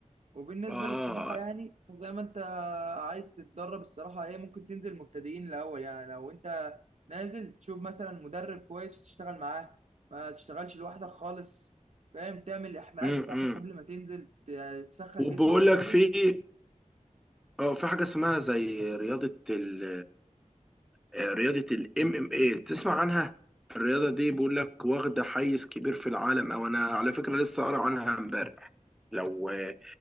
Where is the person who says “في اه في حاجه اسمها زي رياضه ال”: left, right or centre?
Centre